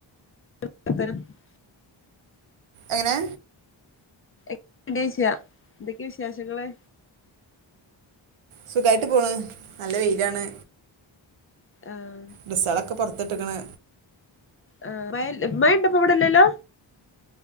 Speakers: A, on the left; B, on the right.
A: <unintelligible>
B: എങ്ങ്നെ
A: <unintelligible> എന്തൊക്കെ വിഷാശങ്ങൾ
B: സുഖായിട്ട് പോണ് നല്ല വെയില് യെണ്
A: ആഹ്
B: ഡ്രസ്സേളൊക്കെ പൊറ്ത്ത്ട്ട്ക്ണ്
A: അഹ് മഴണ്ടൊപ വിടല്ലെല്ലൊ